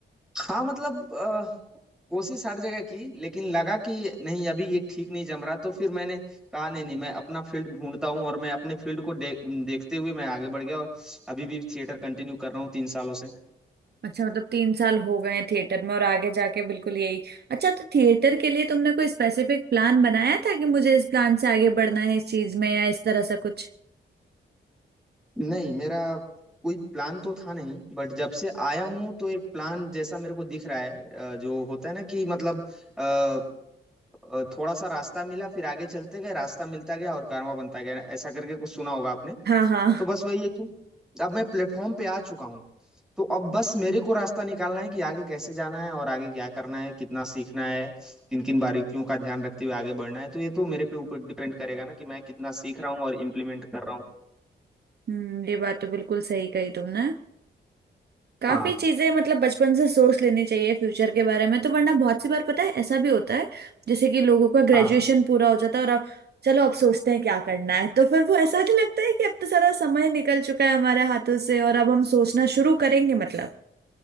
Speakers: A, in the centre; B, on the right.
A: हाँ मतलब अ, कोशिश हर जगह की लेकिन लगा कि नहीं अभी ये ठीक नहीं जम रहा तो फिर मैंने कहा नहीं नहीं मैं अपना फील्ड ढूंढता हूँ और मैं अपने फील्ड को दे, देखते हुए मैं आगे बढ़ गया और अभी भी थिएटर कंटिन्यू कर रहा हूँ तीन सालों से
B: अच्छा मतलब तीन साल हो गए हैं थिएटर में और आगे जाके बिल्कुल यही अच्छा तो थिएटर के लिए तुमने कोई स्पेसिफिक प्लान बनाया था कि मुझे इस प्लान से आगे बढ़ना है इस चीज में या इस तरह सा कुछ
A: नहीं मेरा कोई प्लान तो था नहीं बट जब से आया हूँ तो एक प्लान जैसा मेरे को दिख रहा है अ, जो होता है ना कि मतलब अ, अ, थोड़ा सा रास्ता मिला फिर आगे चलते गए रास्ता मिलता गया और कारवां बनता गया ऐसा करके कुछ सुना होगा आपने
B: हाँ हाँ
A: तो बस वही है कि अब मैं प्लेटफॉर्म पे आ चुका हूँ तो अब बस मेरे को रास्ता निकालना है कि आगे कैसे जाना है और आगे क्या करना है कितना सीखना है किन किन बारीकियों का ध्यान रखते हुए आगे बढ़ना है तो ये तो मेरे पे ऊपर डिपेंड करेगा ना कि मैं कितना सीख रहा हूँ और इम्प्लीमेंट कर रहा हूँ
B: हम्म ये बात तो बिल्कुल सही कही तुमने काफी
A: हाँ
B: चीजें मतलब बचपन से सोच लेनी चाहिए फ्यूचर के बारे में तो वरना बहुत सी बार पता है ऐसा भी होता है जैसे कि लोगों का ग्रेजुएशन
A: हाँ
B: पूरा हो जाता है और अब चलो अब सोचते हैं क्या करना है तो फिर वो ऐसा नहीं लगता है कि अब तो सारा समय निकल चुका है हमारे हाथों से और अब हम सोचना शुरू करेंगे मतलब